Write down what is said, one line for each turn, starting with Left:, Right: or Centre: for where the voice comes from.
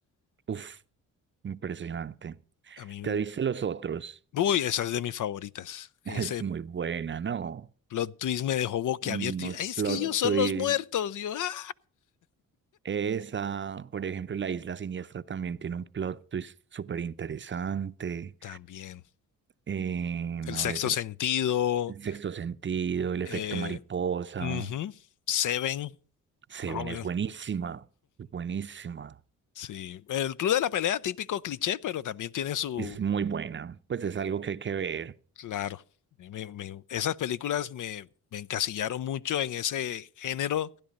Right: uf, impresionante.
Left: A mí,
Right: ¿Te
Left: me-
Right: viste los otros?
Left: uy, esa es de mis favoritas.
Right: <laughs>
Left: Ese
Right: Es muy buena, ¿no?
Left: plot twist me dejó boquiabierto.
Right: Unos
Left: y, "Ay, es
Right: plot
Left: que ellos son
Right: twists.
Left: los muertos. Y yo, ah,
Right: Esa, por ejemplo, La Isla Siniestra también tiene un plot twist súper interesante.
Left: también.
Right: Em,
Left: El
Right: a
Left: sexto
Right: ver,
Left: sentido,
Right: El Sexto Sentido, El Efecto
Left: eh,
Right: Mariposa.
Left: ujú, Seven,
Right: Seven
Left: más o menos.
Right: es buenísima, es buenísima.
Left: Sí. El Club de la Pelea, típico cliché, pero también tiene su.
Right: Es muy buena. Pues es algo que hay que ver.
Left: Claro. Me- me- esas películas me, me encasillaron mucho en ese género